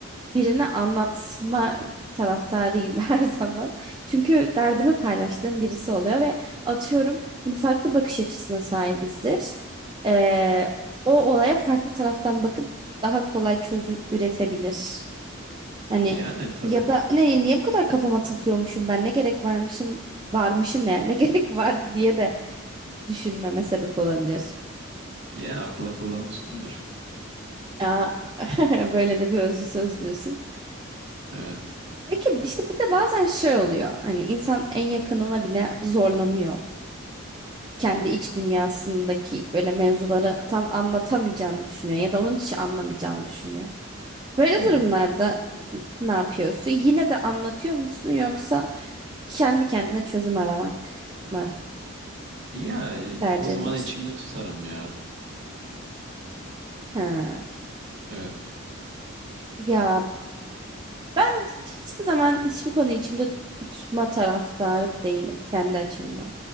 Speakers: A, on the right; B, on the right.
A: birine anlatma taraftarıyım <laughs> her zaman. Çünkü derdimi paylaştığım birisi oluyor ve atıyorum hani farklı bakış açısına sahibizdir. Ee, o olaya farklı taraftan bakıp daha kolay çözüm üretebilir. Hani
B: Yani tabii.
A: ya da ne niye bu kadar kafama takıyormuşum ben ne gerek varmışım varmışım ne ne <laughs> gerek var diye de düşünmeme sebep olabilir.
B: Ya akıl akıldan üstündür.
A: Aa, <laughs> böyle de bir özlü söz diyorsun.
B: Evet.
A: Peki işte bir de bazen şey oluyor. Hani insan en yakınına bile zorlanıyor. Kendi iç dünyasındaki böyle mevzuları tam anlatamayacağını düşünüyor ya da onun hiç anlamayacağını düşünüyor. Böyle
B: Hmm.
A: durumlarda ne yapıyorsun? Yine de anlatıyor musun yoksa kendi kendine çözüm aramak mı
B: Ya e,
A: tercih
B: o zaman
A: ediyorsun?
B: içimde tutarım ya.
A: Ha.
B: Evet.
A: Ya ben hiçbir zaman hiçbir konuyu içimde tutma taraftarı değilim kendi açımdan.